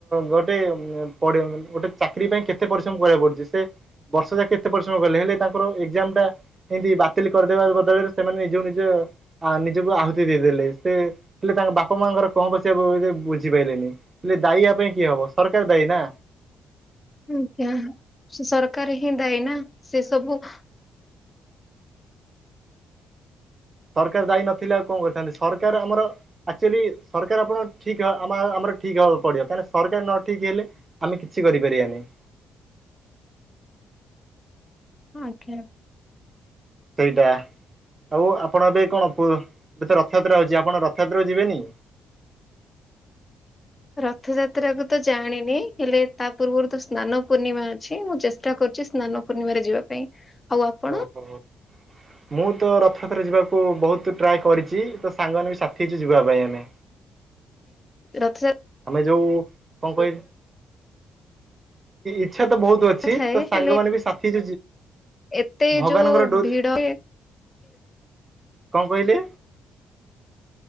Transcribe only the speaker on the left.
ଆଜ୍ଞା ସରକାର ହିଁ ଦାୟୀ ନା ସେ ସବୁ <inaudible>
ଆଜ୍ଞା।
<inaudible> ରଥଯାତ୍ରା କୁ ତ ଜାଣିନି ହେଲେ ତା ପୂର୍ବରୁ ତ ସ୍ନାନ ପୂର୍ଣ୍ଣିମା ଅଛି ମୁଁ ଚେଷ୍ଟା କରୁ ଛି ସ୍ନାନ ପୂର୍ଣ୍ଣିମାରେ ଯିବା ପାଇଁ। ଆଉ ଆପଣ
ରଥଯାତ
ପାଇଁ
ଥାଏ
ହେଲେ
ଏତେ
ଯୋଉ
ଭିଡ